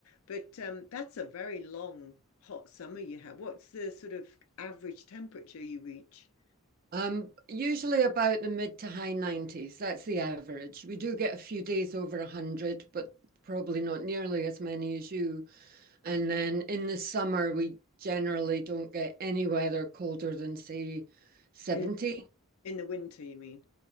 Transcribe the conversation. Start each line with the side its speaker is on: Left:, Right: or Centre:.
Left: But um, that's a very long, hot summer you have. What's the sort of average temperature you reach
Right: Um, usually about the mid to high 90s. That's the average. We do get a few days over 100, but probably not nearly as many as you. And then in the summer, we generally don't get any weather colder than, say, 70.
Left: In- in the winter, you mean?